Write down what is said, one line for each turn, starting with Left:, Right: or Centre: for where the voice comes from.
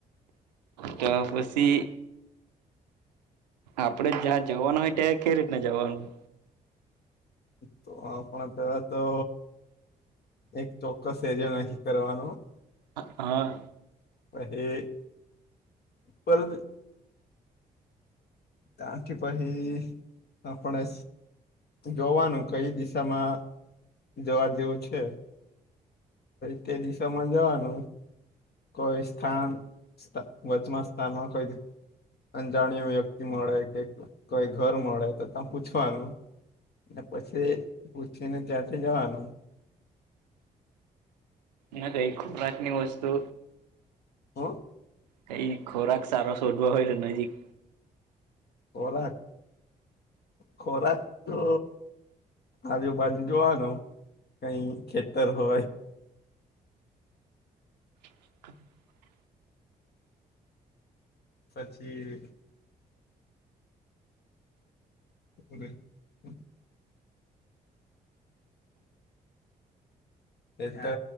Right: તો પછી. આપડે જ્યાં જવાનું હોય ત્યાં કઈ રીતને જવાનું.
Left: તો આપ પેલા તો. એક ચોક્કસ એરિયો નથી કરવાનો.
Right: હા.
Left: હ પર. ત્યાારથી પછી આપણે જોવાનું કઈ દિશામાં. જવા જેવું છે તે દિશામાં જવાનું. કોઈ સ્થાન વચમાં સ્થાનમાં કોઈ. અજાણ્યો વ્યક્તિ મળે કે કોઈ ઘર મળે તો ત પૂછવાનું. પછી પૂછીને ત્યાંથી જવાનું.
Right: ના કઈ ખોરાત ની વસ્તુ.
Left: હ
Right: કઈ ખોરાક સારો શોધવો હોય તો નજીક.
Left: ખોરાક ખોરાક તો આજ. બાજુ જોવાનું કઈ ખેતર હોય.
Right: <unintelligible> <inaudible>
Left: પછી <unintelligible> <unintelligible> એ તો